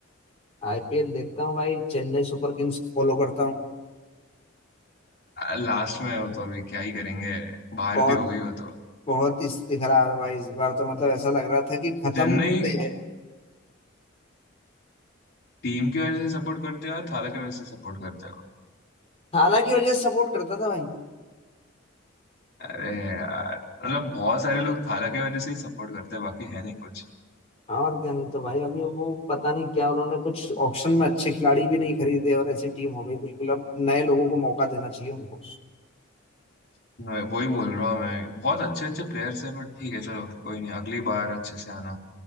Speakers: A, on the left; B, on the left.
A: आईपीएल देखता हूँ भाई चेन्नई सुपर किंग्स फॉलो करता हूँ
B: लास्ट में हो तो अभी क्या ही करेंगे बाहर
A: बहुत
B: भी हो गई हो तो
A: बहुत ही स्थिति खराब है भाई इस बार तो मतलब ऐसा लग रहा था कि खत्म
B: चेन्नई
A: पे है।
B: टीम की वजह से सपोर्ट करते हो या थाला की वजह से सपोर्ट करते हो
A: हालांकि वजह सपोर्ट करता था भाई
B: अरे यार मतलब बहुत सारे लोग थाला की वजह से ही सपोर्ट करते हैं बाकी है नहीं कुछ
A: हाँ, और क्या नहीं तो भाई अभी वो पता नहीं क्या उन्होंने कुछ ऑक्शन में अच्छे खिलाड़ी भी नहीं खरीदे और ऐसी टीम हो गई बिल्कुल अब नए लोगों को मौका देना चाहिए उनको
B: मैं वही बोल रहा हूँ मैं बहुत अच्छे अच्छे प्लेयर्स है बट ठीक है चलो कोई नहीं अगली बार अच्छे से आना